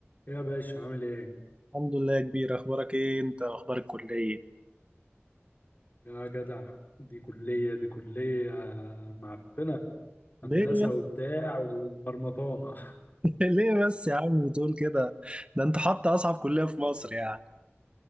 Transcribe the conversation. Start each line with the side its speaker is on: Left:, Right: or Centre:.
Left: يا باشا عامل ايه؟
Right: الحمد لله يا كبير اخبارك ايه انت اخبار الكليه
Left: يا جدع دي كلية دي كلية معفنة هندسة
Right: ليه يا-
Left: وبتاع ومرمطانة <laughs>
Right: <laughs> ليه بس يا عم بتقول كده ده انت حاطط اصعب كليه في مصر يعني